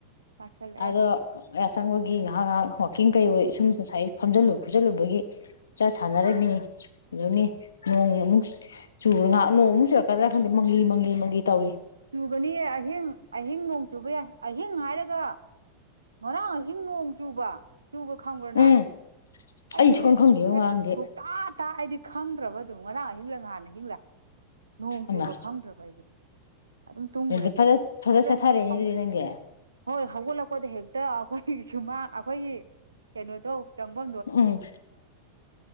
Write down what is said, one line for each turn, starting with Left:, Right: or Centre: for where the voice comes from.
Right: ꯂꯥꯛꯁꯜꯂꯛꯑꯦ
Left: ꯑꯗꯣ ꯌꯥꯆꯡꯕꯒꯤ <inaudible> ꯀꯛꯀꯤꯡ ꯀꯩ ꯑꯣꯏ ꯁꯨꯝ ꯉꯁꯥꯏ ꯐꯝꯖꯜꯂꯨꯕꯒꯤ ꯈꯣꯠꯆꯜꯂꯨꯕꯒꯤ ꯆꯠ ꯁꯥꯟꯅꯔꯃꯤꯅꯤ ꯑꯗꯨꯅꯤ ꯅꯣꯡ ꯑꯃꯨꯛ ꯆꯨꯔ ꯅꯣꯡꯃꯨꯛ ꯆꯨꯔꯛꯀꯗ꯭ꯔꯥ ꯈꯪꯗꯦ ꯃꯪꯂꯤ ꯃꯪꯂꯤ ꯃꯪꯂꯤ ꯇꯧꯏ
Right: ꯆꯨꯕꯅꯤꯌꯦ ꯑꯍꯤꯡ ꯑꯍꯤꯡ ꯅꯣꯡ ꯆꯨꯕ ꯌꯥꯏ ꯑꯍꯤꯡ ꯍꯥꯏꯔꯒ ꯉꯔꯥꯡ ꯑꯍꯤꯡ ꯅꯣꯡ ꯆꯨꯕ ꯆꯨꯕ ꯈꯪꯕ꯭ꯔ ꯅꯪ
Left: ꯎꯝ
Right: ꯑꯩꯗꯤ
Left: ꯑꯩ ꯁꯨꯈꯪ ꯈꯪꯗꯦ
Right: ꯑꯁꯦ
Left: ꯉꯔꯥꯡꯗꯤ
Right: ꯁꯨꯇꯥ ꯇ ꯑꯩꯗꯤ ꯈꯪꯗ꯭ꯔꯕꯗꯨꯝ ꯉꯔꯥꯡ ꯑꯍꯤꯡꯂꯥ ꯅꯍꯥꯟ ꯑꯍꯤꯡꯂ ꯅꯣꯡ
Left: ꯑꯃ
Right: ꯆꯨꯕ ꯈꯪꯗ꯭ꯔꯕ ꯑꯩꯗꯤ ꯑꯗꯨꯝ ꯇꯨꯝꯈ꯭ꯔꯦꯗꯅ
Left: ꯑꯗꯨ ꯐꯖ ꯐꯖ
Right: ꯐꯖꯩ
Left: ꯁꯥꯊꯔꯛꯑꯦꯅꯦ
Right: ꯍꯣ
Left: ꯑꯗꯨꯗꯤ ꯅꯪꯗꯤ
Right: ꯍꯧꯒꯠꯂꯛꯄ ꯍꯦꯛꯇ ꯑꯩꯈꯣꯏ ꯁꯨꯃꯥꯡ ꯑꯩꯈꯣꯏꯒꯤ ꯀꯩꯅꯣꯗꯣ ꯆꯪꯕ
Left: ꯎꯝ